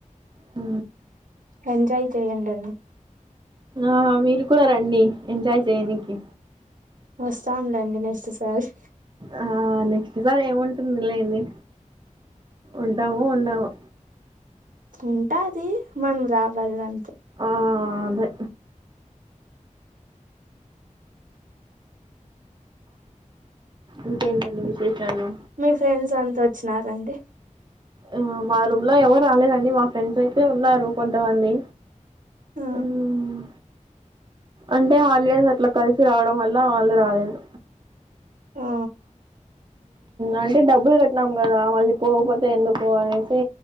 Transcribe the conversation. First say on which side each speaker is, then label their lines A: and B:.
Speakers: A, on the right; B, on the right.
A: హ్
B: ఎంజాయ్ చేయండి అన్ని
A: ఆ మీరు కూడా రండి ఎంజాయ్ చేయనికి
B: వస్తాంలేండి నెక్స్ట్ సారి
A: ఆ నెక్స్ట్ సారి ఏముంటుంది లేండి ఉంటామో ఉండామో
B: ఉంటాది మనం రావాలంట్
A: ఆ అదే ఇంకేంటండి విశేషాలు
B: మీ ఫ్రెండ్స్ అంతా వచ్చినారండి
A: ఆ! మా రూమ్ లో ఎవరు రాలేదండి మా ఫ్రెండ్స్ అయితే ఉన్నారు కొంతమంది
B: ఆ
A: హ్మ్. అంటే హాలిడేస్ అట్లా కలిసి రావడం వల్ల వాళ్ళు రాలేదు
B: ఆ
A: అంటే డబ్బులు కట్టినాం కదా మళ్ళీ పోకపోతే ఎందుకుకో అనేసి